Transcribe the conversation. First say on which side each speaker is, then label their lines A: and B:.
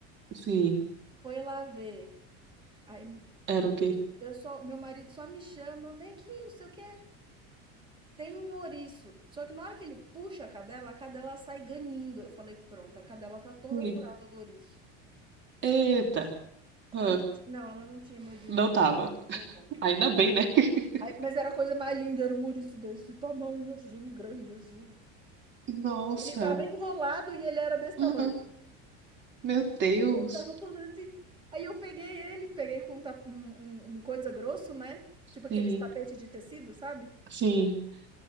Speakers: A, on the right (about 35°); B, on the right (about 15°).
A: Sim,
B: Foi lá ver. Aí
A: era
B: eu,
A: o quê?
B: eu só, meu marido só me chama, vem aqui, não sei o quê. Tem um ouriço, só que na hora que ele puxa a cadela, a cadela sai ganindo. Eu falei, pronto, a cadela tá toda
A: Hum.
B: furada do ouriço.
A: Eita, ah,
B: Mas não, ti- não, ela não tinha mordido
A: não
B: o ouriço.
A: tava.
B: Não tava.
A: Ainda bem, né? <laughs>
B: Ai, mas era a coisa mais linda, era um ouriço desse tamanho, assim, grande, assim.
A: Nossa.
B: Ele tava enrolado e ele era desse tamanho.
A: Aham. Meu Deus.
B: Ele tava todo assim. Aí eu peguei ele, peguei com um, tap- um, um- um coisa grosso, né? Tipo aqueles
A: Sim,
B: tapetes de tecido, sabe?
A: sim.